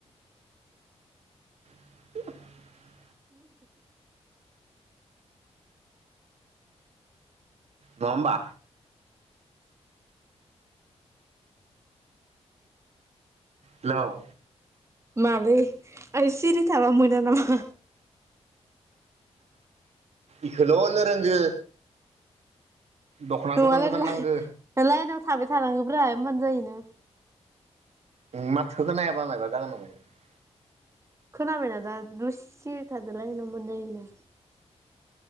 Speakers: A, on the right (about 70°); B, on the right (about 25°).
A: <unintelligible> नङा होम्बा हेल'
B: मालै आंङो सिरि थाबा मोना नामा
A: इखोल' होननो रोंगो दख'ना
B: नङालैय
A: गोदान गोदान
B: लाइ
A: नांगो
B: लाइनाव थाबाय थानांगोब्रा होमबानो जायोना
A: नों नि माथोखो खोनायाबा मायबा जागोन नामा इयो
B: खोनाबायना दा दुससे थादोलाय न मोनबाय ना